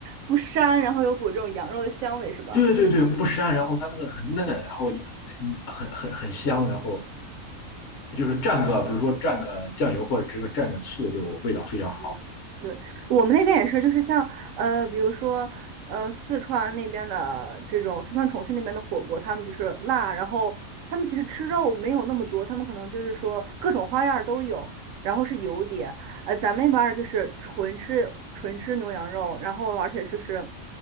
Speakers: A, on the right; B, on the left.
A: 不膻，然后有股这种羊肉的香味，是吧？
B: 对对对，不膻，然后它那个很嫩，然后也嗯很很很香，然后就是蘸个，比如说蘸个酱油或者这个蘸个醋，就味道非常好。
A: 嗯对，我们那边也是，就是像呃，比如说呃，四川那边的这种，四川重庆那边的火锅，他们就是辣，然后他们其实吃肉没有那么多，他们可能就是说各种花样儿都有，然后是油碟，呃，咱们那边儿就是纯吃纯吃牛羊肉，然后而且就是